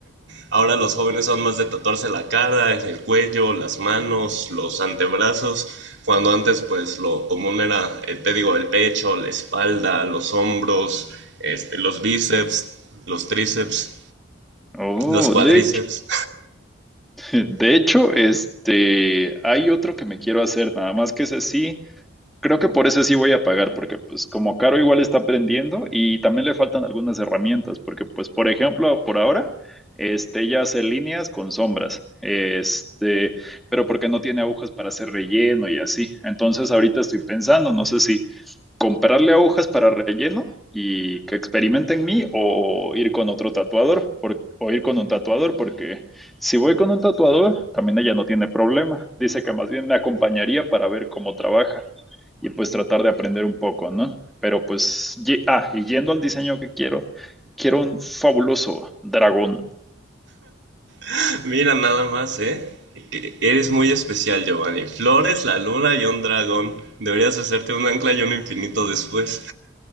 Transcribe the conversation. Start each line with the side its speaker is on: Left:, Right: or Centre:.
Right: Ahora los jóvenes son más de tatuarse la cara, el cuello, las manos, los antebrazos, cuando antes pues lo común era, eh, te digo, el pecho, la espalda, los hombros, este, los bíceps, los tríceps,
Centre: Oh,
Right: los cuadríceps.
Centre: de hecho, <laughs> de hecho, este, hay otro que me quiero hacer, nada más que ese sí, Creo que por ese sí voy a pagar, porque pues como Caro igual está aprendiendo y también le faltan algunas herramientas, porque pues por ejemplo, por ahora, este, ella hace líneas con sombras, este, pero porque no tiene agujas para hacer relleno y así. Entonces ahorita estoy pensando, no sé si comprarle agujas para relleno y que experimente en mí o ir con otro tatuador, por- o ir con un tatuador, porque si voy con un tatuador, también ella no tiene problema. Dice que más bien me acompañaría para ver cómo trabaja y pues tratar de aprender un poco, ¿no? Pero pues, ye- ah, y yendo al diseño que quiero, quiero un fabuloso dragón.
Right: <laughs> Mira nada más, ¿eh? Que Eres muy especial, Giovanni. Flores, la luna y un dragón. Deberías hacerte un ancla y un infinito después.